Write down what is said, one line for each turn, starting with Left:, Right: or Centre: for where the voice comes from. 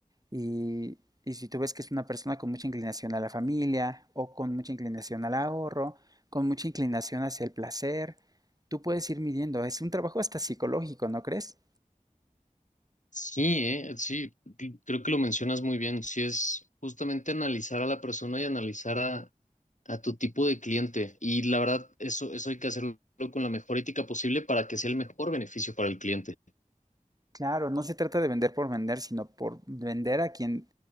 Right: Y, y si tú ves que es una persona con mucha inclinación a la familia o con mucha inclinación al ahorro, con mucha inclinación hacia el placer, tú puedes ir midiendo. Es un trabajo hasta psicológico, ¿no crees?
Left: Sí, eh, sí, c- creo que lo mencionas muy bien. Sí, es justamente analizar a la persona y analizar a, a tu tipo de cliente. Y la verdad, eso, eso hay que hacerlo con la mejor ética posible para que sea el mejor beneficio para el cliente.
Right: Claro, no se trata de vender por vender, sino por vender a quien